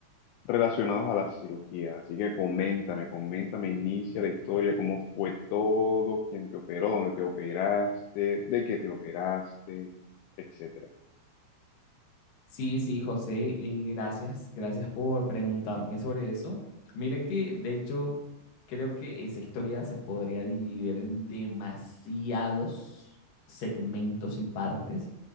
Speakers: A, on the left (about 85°); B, on the left (about 65°).
A: relacionados a la cirugía. Así que coméntame, coméntame, inicia la historia, cómo fue todo, quién te operó, dónde te operaste, de qué te operaste, etcétera.
B: Sí, sí, José, eh, gracias, gracias por preguntarme sobre eso. Mire que, de hecho, creo que esa historia se podría dividir en demasiados segmentos y partes,